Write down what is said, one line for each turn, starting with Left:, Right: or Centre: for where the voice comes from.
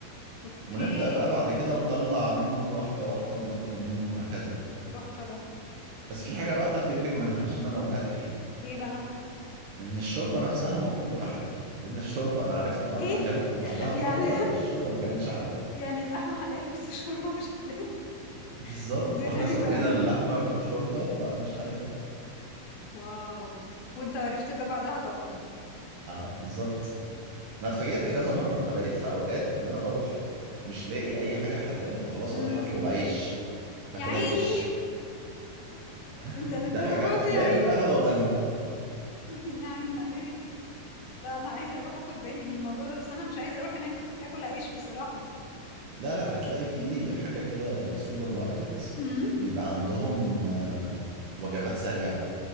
Left: اوكي
Right: ونبدأ بقى بعد كده نطلع منه واحدة واحدة وناكل منه هكذا
Left: تحفة ده
Right: بس في حاجة بقى تاخدي بالك منها عشان أنا وقعت فيها
Left: ايه بقى
Right: إن الشوربة نفسها المفروض تبقى حلال لأن الشوربة أنا عرفت بعد
Left: ايه
Right: ما أكلت وبعدها بفترة
Left: <laughs> يعني
Right: إن الشوربة ما كانتش حلال
Left: يعني اللحمة حلال بس الشوربة مش حلال
Right: <laughs> بالظبط
Left: <laughs> دي
Right: وإحنا
Left: غريبة
Right: سوينا
Left: قوي
Right: اللحمة في الشوربة فبقت مش حلال
Left: واو وانت عرفت ده بعدها طبعا
Right: اه بالظبط انا اتفاجئت كذا مره انا بقيت في اوقات ان انا بروح مش لاقي اي حاجه حلال فخلاص
Left: امم
Right: اروح اطلب عيش هاكل
Left: يا عيني
Right: عيش
Left: <laughs>
Right: <laughs>
Left: انت للدرجة
Right: ده حاجه حلال
Left: دي يا عيني
Right: انا ضامنها
Left: <laughs> يا عيني عليك لا انا عايزه اروح اخد بالي من الموضوع ده بس انا مش عايزه اروح هناك اكل عيش بصراحه
Right: لا لا هتلاقي في حاجه كده زي سوبر ماركت
Left: امم
Right: بيبقى عندهم آه، وجبات سريعه